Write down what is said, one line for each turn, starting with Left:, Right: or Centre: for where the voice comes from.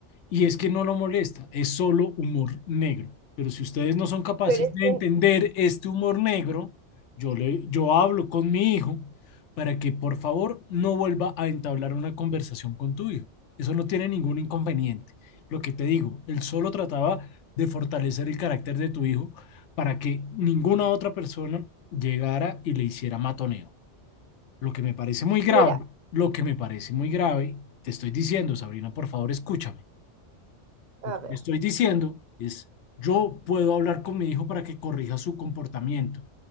Left: Y es que no lo molesta, es solo humor negro. Pero si ustedes no son capaces
Right: Pero es
Left: de
Right: que,
Left: entender este humor negro, yo le, yo hablo con mi hijo para que por favor no vuelva a entablar una conversación con tu hijo. Eso no tiene ningún inconveniente. Lo que te digo, él solo trataba de fortalecer el carácter de tu hijo para que ninguna otra persona llegara y le hiciera matoneo. Lo que me parece muy grave,
Right: mira,
Left: lo que me parece muy grave, te estoy diciendo, Sabrina, por favor, escúchame.
Right: a
Left: Lo que
Right: ver.
Left: te estoy diciendo es, yo puedo hablar con mi hijo para que corrija su comportamiento,